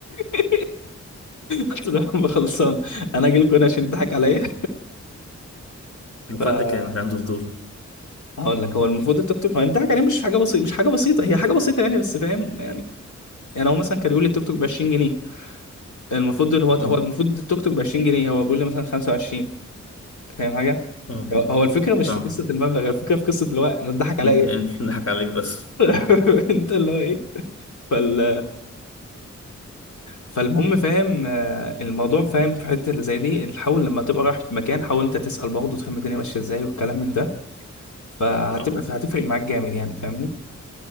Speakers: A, on the left (about 85°); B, on the left (about 50°).
A: <laughs> قلت له يا عم خلصان انا اجي لكم هنا عشان تضحك عليا
B: الفاتح
A: <laughs>
B: كان عنده فضول
A: هقول لك هو المفروض التيك توك ما الضحك عليه مش حاجه بسيطه مش حاجه بسيطه هي حاجه بسيطه يعني بس فاهم يعني يعني هو مثلا كان بيقول لي التيك توك ب 20 جنيه المفروض اللي هو هو
B: اه
A: المفروض التيك توك ب 20 جنيه هو بيقول لي مثلا 25 فاهم حاجه
B: اه
A: هو هو الفكره مش
B: فاهمك
A: في قصه المبلغ هي الفكره في قصه اللي هو انا اتضحك
B: متهيألي
A: عليا ايه
B: نضحك عليك بس
A: <laughs> انت اللي هو ايه فال فالمهم فاهم آه، الموضوع فاهم في حته اللي زي دي حاول لما تبقى رايح في مكان حاول انت تسال برضه تفهم الدنيا ماشيه ازاي والكلام من ده فهتبقى
B: اه
A: هتفرق معاك جامد يعني فاهمني